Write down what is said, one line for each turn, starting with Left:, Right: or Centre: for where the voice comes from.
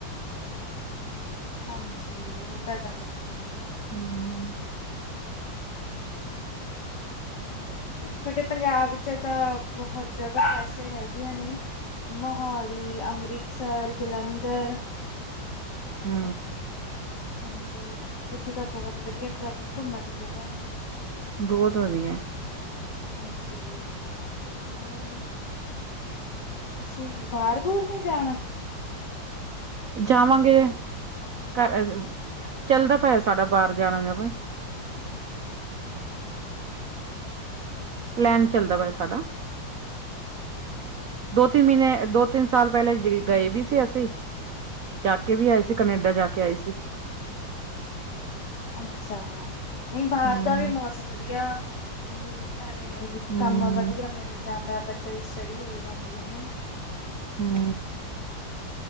Left: ਹਾਂਜੀ ਉਹ ਤਾਂ ਗੱਲ ਹੇਗੀ ਆ।
Right: ਹੁੰ, ਹੁੰ
Left: ਹੋ ਤੁਹਾਡੇ ਪੰਜਾਬ ਚ ਤਾਂ ਬਹੁਤ ਜਗ੍ਹਾ ਵੈਸੇ ਹੈਗੀਆਂ ਨੇ ਮੋਹਾਲੀ ਅੰਮ੍ਰਿਤਸਰ ਜਲੰਧਰ
Right: ਹੂੰ।
Left: ਹਾਂਜੀ, ਉੱਥੇ ਤਾਂ ਬਹੁਤ ਵਧੀਆ ਘਮ ਘੁੰਮਣ ਨੂੰ ਜਗ੍ਹਾ ਨੇ
Right: ਬਹੁਤ ਵਧੀਆ ਏ
Left: ਹਾਂਜੀ ਹੋਰ ਤੁਸੀਂ ਬਾਹਰ ਬੂਰ ਨੀ ਜਾਣਾ
Right: ਜਾਵਾਂਗੇ ਘਰ ਚੱਲਦਾ ਪੈ ਸਾਡਾ ਬਾਹਰ ਜਾਣਾ ਦਾ ਬਾਈ ਪਲੈਨ ਚੱਲਦਾ ਪਿਆ ਸਾਡਾ ਦੋ ਤਿੰਨ ਮਹੀਨੇ ਦੋ ਤਿੰਨ ਸਾਲ ਪਹਿਲਾਂ ਗਏ ਵੀ ਸੀ ਅਸੀਂ ਜਾ ਕੇ ਵੀ ਆਏ ਸੀ ਕੈਨੇਡਾ ਜਾ ਕੇ ਆਏ ਸੀ।
Left: ਅੱਛਾ ਨਹੀਂ ਬਾਹਰ
Right: ਹਮ
Left: ਦਾ ਵੀ ਮੌਸਮ ਵਧੀਆ ਏ <unintelligible> ਐਵੇਂ
Right: ਹਮ
Left: ਕੰਮ ਵਧੀਆ ਮਿਲ ਜਾਂਦਾ ਬੱਚਿਆਂ ਦੀ ਸਟੱਡੀ ਹੋ ਜਾਂਦੀ ਹੈ ਨਾ
Right: ਹੂੰ